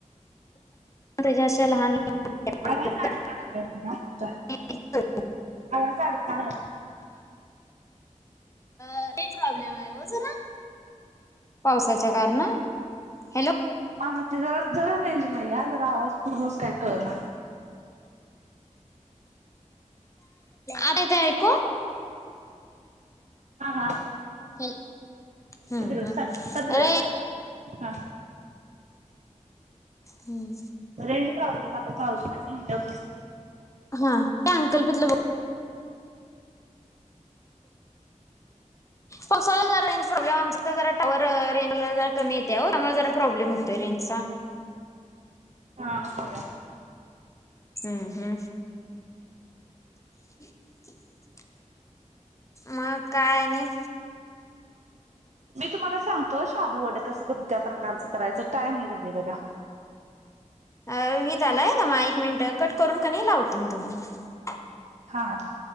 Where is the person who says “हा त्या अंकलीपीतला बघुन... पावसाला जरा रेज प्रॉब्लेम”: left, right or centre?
Left